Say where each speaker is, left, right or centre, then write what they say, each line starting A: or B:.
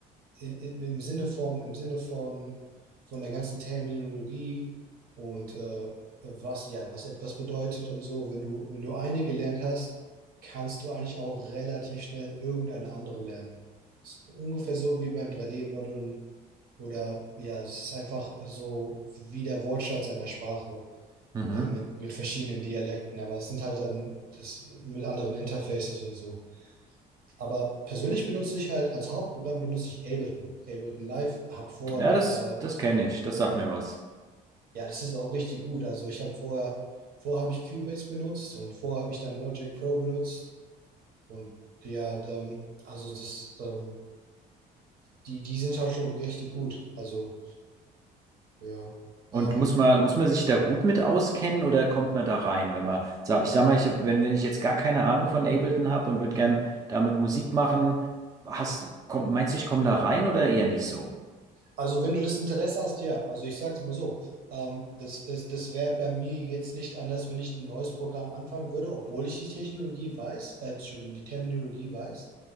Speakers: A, on the right; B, on the right.
A: i- im, im Sinne von, im Sinne von, von der ganzen Terminologie und äh, was, ja, was etwas bedeutet und so, wenn du, wenn du eine gelernt hast, kannst du eigentlich auch relativ schnell irgendeine andere lernen. Ist ungefähr so wie beim 3D-Modeln oder ja, es ist einfach so wie der Wortschatz einer Sprache
B: Mhm.
A: äh, mit, mit verschiedenen Dialekten, aber es sind halt dann das mit anderen Interfaces und so. Aber persönlich benutze ich halt, als Hauptprogramm benutze ich Ableton. Ableton Live, habe vorher
B: Ja,
A: mit,
B: das,
A: äh,
B: das kenne ich. Das sagt mir was.
A: ja, das ist auch richtig gut. Also ich habe vorher, vorher habe ich Cubase benutzt und vorher habe ich dann Logic Pro benutzt. Und ja, ähm, also das, ähm, die, die sind halt schon richtig gut. Also, ja.
B: Und
A: Ähm,
B: muss man, muss man sich da gut mit auskennen oder kommt man da rein, wenn man, sag- ich sag mal, ich hab, wenn, wenn ich jetzt gar keine Ahnung von Ableton habe und würde gern
A: mhm.
B: damit Musik machen, hast, komm, meinst du, ich komme da rein oder eher nicht so?
A: Also wenn du das Interesse hast, ja. Also ich sag's mal so, ähm, das, das, das wäre bei mir jetzt nicht anders, wenn ich ein neues Programm anfangen würde, obwohl ich die Technologie weiß, äh, Entschuldigung, die Terminologie weiß,